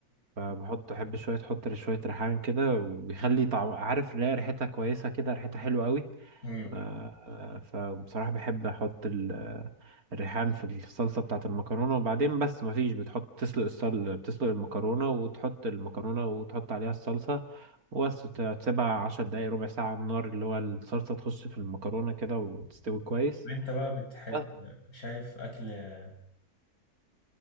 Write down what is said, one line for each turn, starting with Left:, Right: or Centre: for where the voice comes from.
Right: فبحط أحب شوية أحط شوية ريحان كده وبيخلي طعم عارف لا ريحتها كويسة كده ريحتها حلوة قوي
Left: مم.
Right: آه، فبصراحة بحب أحط ال- الريحان في الصلصة بتاعة المكرونة وبعدين بس مفيش بتحط تسلق الصل بتسلق المكرونة وتحط المكرونة وتحط عليها الصلصة وبس ت- تسيبها عشر دقايق ربع ساعة على النار اللي هو الصلصة تخش في المكرونة كده وتستوي كويس
Left: انت بقى بتحب
Right: بس
Left: شايف اكل آه